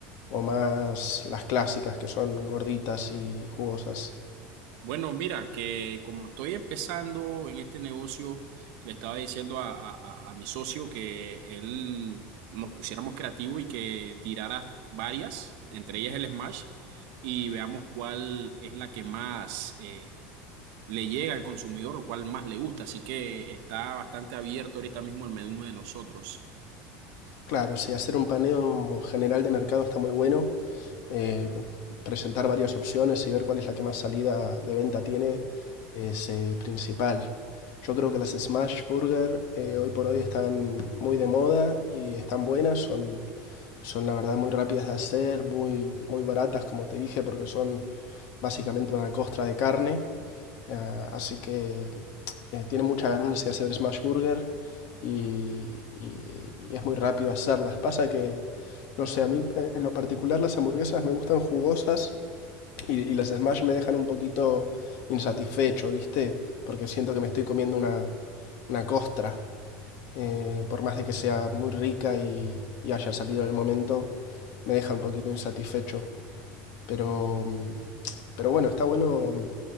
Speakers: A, on the left; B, on the right.
A: o más las clásicas que son gorditas y jugosas?
B: Bueno, mira, que como estoy empezando en este negocio, le estaba diciendo a, a, a a mi socio que él nos pusiéramos creativos y que tirara varias, entre ellas el Smash y veamos cuál es la que más eh, le llega al consumidor o cuál más le gusta. Así que está bastante abierto ahorita mismo el menú de nosotros.
A: Claro, sí, hacer un paneo general de mercado está muy bueno. eh, presentar varias opciones y ver cuál es la que más salida de venta tiene es eh, principal. Yo creo que las Smash Burger eh, hoy por hoy están muy de moda y están buenas, son Son la verdad muy rápidas de hacer, muy, muy baratas, como te dije, porque son básicamente una costra de carne. Eh, así que eh, tiene mucha ganancia hacer smash burger y, y- y es muy rápido hacerlas. Pasa que, no sé, a mí eh, en lo particular las hamburguesas me gustan jugosas y, y las smash me dejan un poquito insatisfecho, ¿viste? Porque siento que me estoy comiendo una, una costra eh, por más de que sea muy rica y, y, haya salido en el momento, me deja un poquito insatisfecho. Pero, mm, pero bueno, está bueno